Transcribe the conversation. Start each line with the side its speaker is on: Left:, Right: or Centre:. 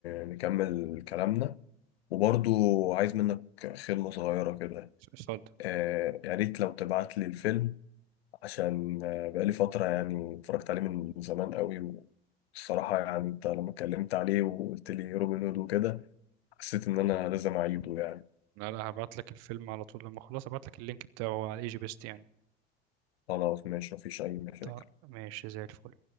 Left: نكمل كلامنا وبرضو عايز منك خدمة صغيرة كده
Right: اتفضل
Left: آه يا ريت لو تبعت لي الفيلم عشان آه، بقالي فترة يعني اتفرجت عليه من زمان قوي والصراحة يعني انت لما اتكلمت عليه وقلت لي روبن هود وكده حسيت ان انا لازم اعيده يعني
Right: لا لا هبعت لك الفيلم على طول لما اخلص هبعت لك اللينك بتاعه على ايجي بيست يعني
Left: خلاص ماشي مفيش أي مشاكل
Right: طيب ماشي زي الفل